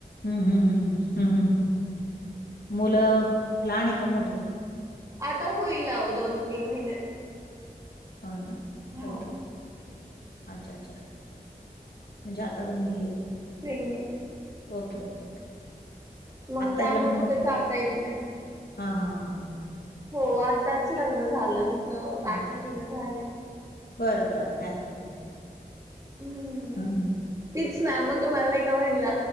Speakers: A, on the left; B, on the right.
A: हम्म हम्म हम्म् हम्म हम् हम् मुलं लहान आहे का मोठे.
B: आता होईल आहो दोन तीन महिन्यात.
A: हो ना
B: हा
A: ओके ओके अच्छा अच्छा म्हणजे आता तुम्ही हे
B: प्रेग्नेंट आहे
A: ओके ओके ओके
B: मग
A: आताच
B: त्यामुळे
A: लग्न
B: कुठे
A: झाल
B: जाता येत नाही.
A: हा हा हा हा हां
B: हो आताच लग्न झालं आमचं
A: हां.
B: आठ
A: अच्छा,
B: महिने
A: अच्छा.
B: झाले
A: बरं बर काय हरकत नाही
B: हम्म
A: हम्
B: तीच ना मग तुम्हाला नाही का म्हणल